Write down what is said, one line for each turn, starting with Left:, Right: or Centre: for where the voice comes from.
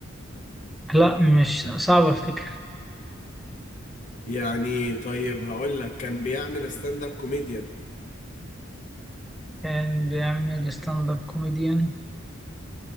Centre: لا مش صعب افتكر
Left: يعني طيب هقول لك كان بيعمل ستاند اب كوميديان
Centre: كان بيعمل ستاند اب كوميديان